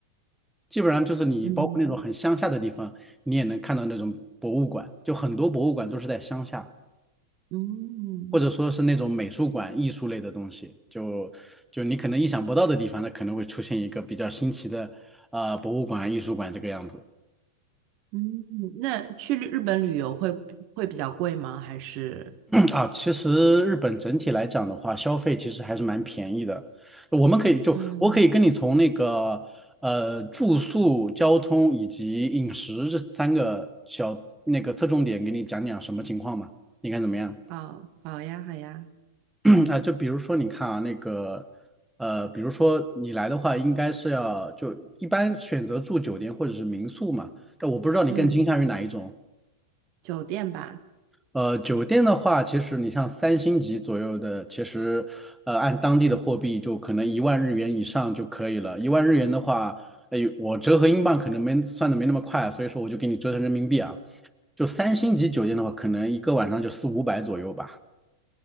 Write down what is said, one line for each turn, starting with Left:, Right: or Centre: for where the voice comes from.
Centre: 基本上就是你包括那种很乡下的地方，
Right: 嗯
Centre: 你也能看到那种博物馆，就很多博物馆都是在乡下，
Right: 嗯。
Centre: 或者说是那种美术馆、艺术类的东西，就就你可能意想不到的地方，它可能会出现一个比较新奇的呃博物馆、艺术馆这个样子。
Right: 嗯，那去日日本旅游会会比较贵吗？还是
Centre: 啊，其实日本整体来讲的话，消费其实还是蛮便宜的。我们可以就我可以跟你从那个呃住宿、
Right: 嗯，
Centre: 交通以及饮食这三个小那个侧重点给你讲讲什么情况嘛？你看怎么样？
Right: 好，
Centre: <coughs>
Right: 好呀，好呀，
Centre: <clears throat> 啊，就比如说你看啊，那个呃，比如说你来的话，应该是要就一般选择住酒店或者是民宿嘛。但我不知道你更倾向于哪一种。
Right: 嗯，酒店吧，
Centre: 呃，酒店的话，其实你像三星级左右的，其实呃按当地的货币就可能一万日元以上就可以了。一万日元的话，哎，我折合英镑可能没算的没那么快，所以说我就给你折成人民币啊。就三星级酒店的话，可能一个晚上就四五百左右吧。